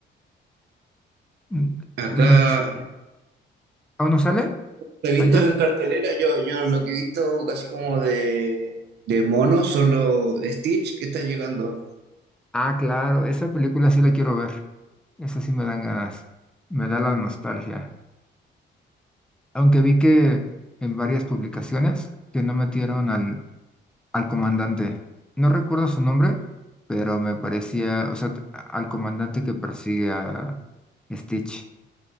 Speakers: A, in the centre; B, on the right.
A: Mm,
B: Acá
A: No sé si- ¿Aún no sale?
B: Lo he visto
A: ¿Allá?
B: en cartelera, yo, yo lo que he visto casi como de, de mono, solo Stitch que está llegando.
A: Ah, claro, esa película sí la quiero ver. Esa sí me dan ganas. Me da la nostalgia. Aunque vi que en varias publicaciones que no metieron al al comandante. No recuerdo su nombre, pero me parecía, o sea, t- al comandante que persigue a Stitch.